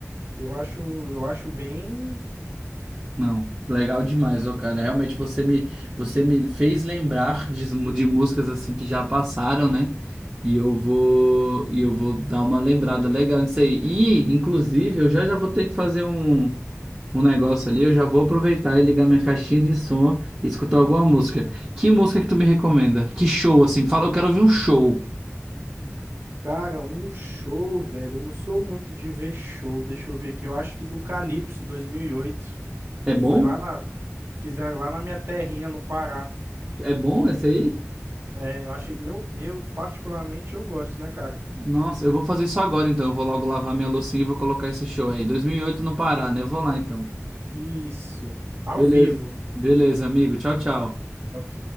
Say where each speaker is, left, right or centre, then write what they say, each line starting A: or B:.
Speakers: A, on the right; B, on the right.
A: Eu acho, eu acho bem,
B: Não, legal demais, ó, cara. Realmente você me, você me fez lembrar de, de músicas assim que já passaram, né? E eu vou, e eu vou dar uma lembrada legal nisso aí. E, inclusive, eu já já vou ter que fazer um, um negócio ali. Eu já vou aproveitar e ligar minha caixinha de som e escutar alguma música. Que música que tu me recomenda? Que show, assim? Fala, eu quero ouvir um show.
A: cara, um show, velho. Eu não sou muito de ver show. Deixa eu ver aqui. Eu acho que do Calypso 2008,
B: É
A: que
B: bom?
A: foi lá na, fizeram lá na minha terrinha, no Pará.
B: É bom esse aí?
A: É, eu acho, eu, eu particularmente eu gosto, né, cara?
B: Nossa, eu vou fazer isso agora então. Eu vou logo lavar minha loucinha e vou colocar esse show aí. 2008 no Pará, né? Eu Vou lá então.
A: Isso. Ao
B: Beleza.
A: vivo.
B: Beleza, amigo. Tchau, tchau.
A: Ok.